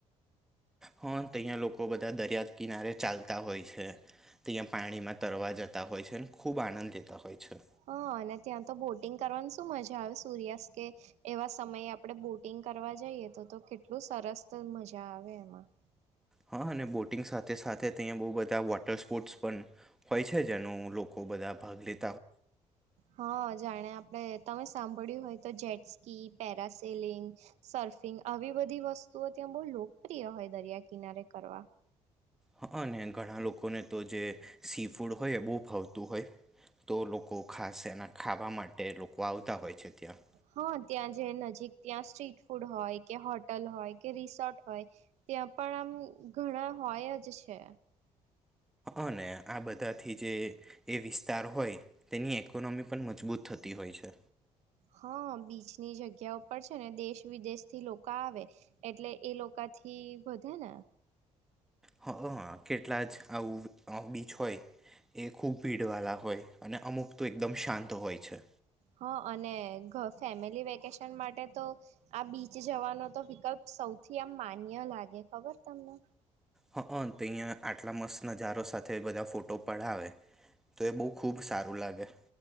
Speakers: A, in the centre; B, on the right (about 70°).
A: હા તહં લોકો બધા દરિયા કિનારે ચાલતા હોય છે ત્યાં પાણીમાં તરવા જતા હોય છે ખૂબ આનંદ લેતા હોય છે
B: હા અને ત્યાં તો બોટિંગ કરવાની શું મજા આવે સૂર્યાસ્ત કે એવા સમયે આપણે બોટિંગ કરવા જઈએ તો તો કેટલું સરસ મજા આવે એમાં
A: હા અને બોટિંગ સાથે સાથે અહીંયા બહુ બધા વોટર સ્પોર્ટ્સ પણ હોય છે જેનું લોકો બધા ભાગ લેધ
B: હા જાણે આપડે તમે સાંભળ્યું હોય તો જેટ્ ક પેરાસેલિંગ સર્ફિંગ આવી બધી વસ્તુઓ ત્યાં બહુ લોકપ્રિય હોય દરિયા કિનારે કરવા
A: હા અને ઘણા લોકોને તો જે સી ફૂડ હોય એ બહુ ફાવતું હોય તો લોકો ખાસ એના ખાવા માટે લોકો આવતા હોય છે ત્યાં
B: હા ત્યાં જે નજીક ત્યાં સ્ટ્રીટ ફૂડ હોય કે હોટલ હોય કે રિસોર્ટ હોય ત્યાં પણ આમ ઘણા હોય જ છે
A: અને આ બધાથી જે એ વિસ્તાર હોય તેની કોનોમી પણ મજબૂત થતી હોય છે
B: હા બીચની જગ્યા ઉપર છે ને દેશ વિદેશ થી લોકો આવે એટલે એ લોકો થી વધે ને
A: હ કેટલા જ આવું બીચ હોય એ ખૂબ ભીડ વાળ હોય અને અમુક તો એકદમ શાંત હોય છે
B: હા અને ફેમિલી વેકેશન માટે તો આ બીચ જવાનો તો વિકલ્પ સૌથી આમ માન્ય લાગે ખબર તમને
A: હ તો અહીંયા આટલા મસ્ત નજારો સાથે બધા ફોટો પડાવે તો એ બહુ ખૂબ સારું લાગે